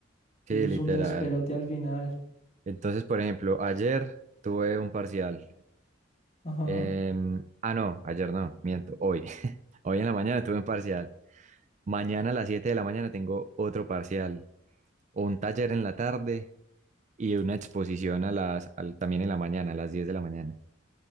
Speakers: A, on the right (about 35°); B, on the left (about 35°).
A: sí,
B: y eso
A: literal.
B: es un despelote al final.
A: Entonces, por ejemplo, ayer tuve un parcial.
B: Ajá.
A: em, ah, no, ayer no, miento, hoy. <laughs> Hoy en la mañana tuve un parcial. Mañana a las 7 de la mañana tengo otro parcial. o un taller en la tarde y una exposición a las, al- también en la mañana, a las 10 de la mañana.